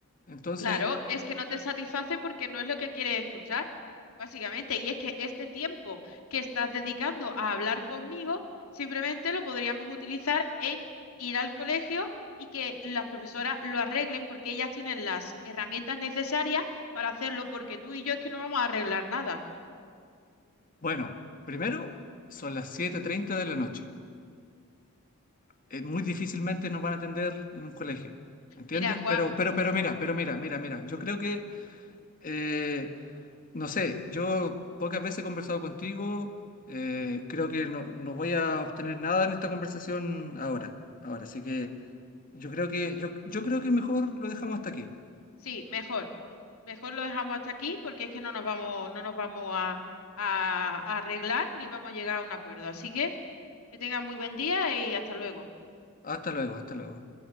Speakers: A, on the left; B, on the left.
A: Entonces,
B: Claro, es que no te satisface porque no es lo que quieres escuchar, básicamente. Y es que este tiempo que estás dedicando a hablar conmigo, simplemente lo podríamos utilizar en ir al colegio y que las profesoras lo arreglen porque ellas tienen las herramientas necesarias para hacerlo, porque tú y yo es que no vamos a arreglar nada.
A: bueno, primero son las siete treinta de la noche. Eh, muy difícilmente nos van a atender en un colegio. ¿Entiendes?
B: Mira, Juan,
A: Pero, pero, pero mira, pero mira, mira, mira. Yo creo que, eh, no sé, yo pocas veces he conversado contigo. eh, creo que no, no voy a obtener nada en esta conversación ahora. Ahora, así que Yo creo que, yo, yo creo que mejor lo dejamos hasta aquí.
B: sí, mejor. Mejor lo dejamos hasta aquí porque es que no nos vamos, no nos vamos a, a a arreglar ni vamos a llegar a un acuerdo. Así que que tengas muy buen día y hasta luego.
A: Hasta luego, hasta luego.